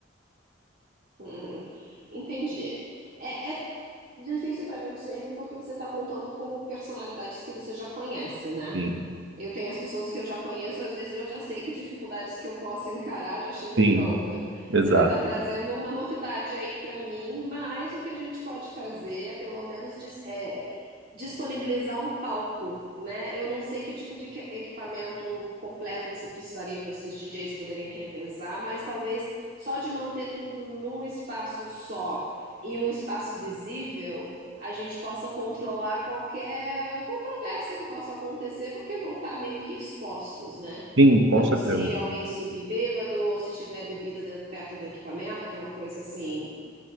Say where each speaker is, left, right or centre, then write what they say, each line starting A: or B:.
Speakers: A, on the right; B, on the right.
A: Hum, entendi. É, é difícil para mim discernir porque você está contando com personalidades que você já conhece, né?
B: Sim,
A: Eu tenho as pessoas que eu já conheço, às vezes eu já sei que dificuldades que eu posso encarar, já chego
B: sim,
A: pronta.
B: exato.
A: Você vai estar trazendo uma novidade aí para mim, mas o que a gente pode fazer é pelo menos dis- é, disponibilizar um palco, né? Eu não sei que tipo de que- equipamento completo você precisaria para esses DJs poderem revezar, mas talvez só de manter tudo num espaço só e um espaço visível a gente possa controlar qualquer controvérsia que possa acontecer, porque vão estar meio que expostos, né?
B: Sim, com
A: Então,
B: certeza.
A: se alguém subir bêbado ou se tiver bebida dentro, perto do equipamento, que é uma coisa assim